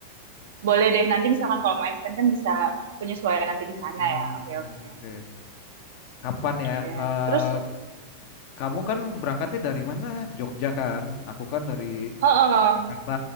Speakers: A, on the right; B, on the left.
A: Boleh deh nanti misalkan kalau mau extend kan bisa penyesuaian nanti di sana
B: Hmm,
A: ya. Oke
B: hmm,
A: oke.
B: oke. Kapan ya?
A: Oke.
B: Eh
A: Terus
B: kamu kan berangkatnya dari mana? Jogja kan? Aku kan dari
A: heeh,
B: Jakarta,